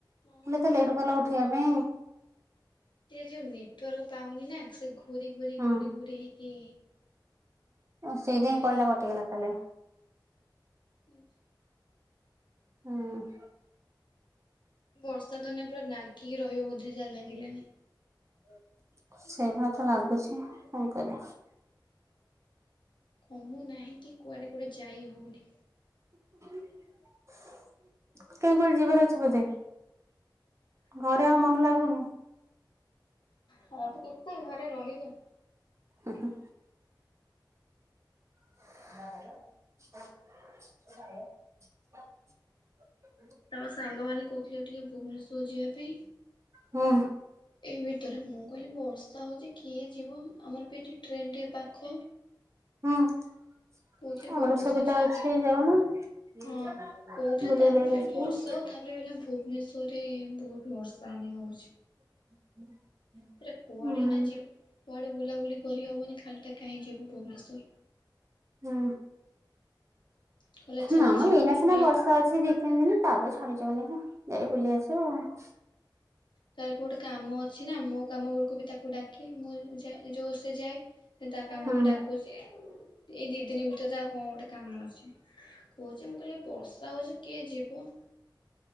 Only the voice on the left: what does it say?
ହଁ
କେ
ଯଉ ନେ ନେଟୱର୍କ ପାଉନି ନା ସେ ଘୁରି ଘୁରି
ଘୁରି ଘୁ ହେଇକି।
ପାଇ
ଆଛା।
ବର୍ଷା ଦିନେ ପୁରା ନାଗିକି ରହିବ ବୋଧେ ଯା ଲାଗିଲାଣି।
କମୁ ନାହିଁ କି କୁଆଡେ ଗୋଟେ ଯାଇ ହଉନି।
ହଁ
ହଁ ତ କେତେ ଘରେ ରହିବେ?
ତମ ସାଙ୍ଗମାନେ କହୁଥିଲେ ଟିକେ ଭୁବନେଶ୍ଵର ଯିବା ପାଇଁ।
ଏଇ ଭିତରେ ମୁଁ କହିଲି ବର୍ଷା ହଉଛି କିଏ ଯିବ? ଆମରବି ଏଠି ଟ୍ରେନ୍ ଟିକିଏ ପାଖ।
କହୁଥିଲେ ଭୁବନେଶ୍ୱର
ଯିବା
ପାଇଁ।
ହଁ
କୋଉଠା ତାପରେ
କହିଲେ
ବର୍ଷା ହଉ ତାପରେ ଏଇନେ ଭୁବନେଶ୍ୱର ରେ ବହୁତ ବର୍ଷା ଏଇନେ କେ ହଉଛି।
ତାପରେ କୁଆଡେ
ଏଇନା ଯିବୁ। କୁଆଡେ ବୁଲାବୁଲି କରିହବନି ଖାଲିଟା କାହିଁ ଯିବୁ ଭୁବନେଶ୍ଵର।
କହିଲା ଚାଲ
ଯିବା
ଆମେ
ତ ଏବେ ଗୋଟେ କାମ ଅଛି ନା ମୋ କାମ ବେଳ କୁ ବି ତାକୁ ଡାକେ ମୁଁ ଯାଏ ଏ ସେ ଯୋଉ ଯାଏ। ସେ ତା କାମ
ବେଳ କୁ ଡାକୁଚି ଏଇ ଦି ଦିନ ଭିତରେ ତା ହଁ ଗୋଟେ କାମ ଅଛି। କହୁଛି ମୁଁ କହିଲି ବର୍ଷା ହଉଛି କିଏ ଯିବ।